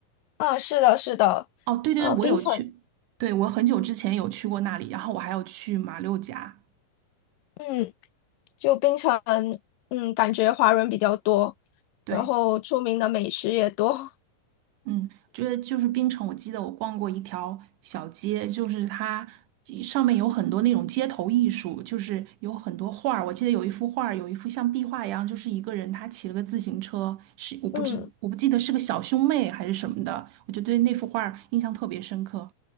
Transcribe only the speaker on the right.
哦，对对对，
我有去，
对，我很久之前有去过那里，然后我还有去马六甲，
对，
嗯，就是就是槟城，我记得我逛过一条小街，就是它上面有很多那种街头艺术，就是有很多画儿，我记得有一幅画儿，有一幅像壁画一样，就是一个人他骑了个自行车，是我不知我不记得是个小兄妹还是什么的，
我就对那幅画儿印象特别深刻。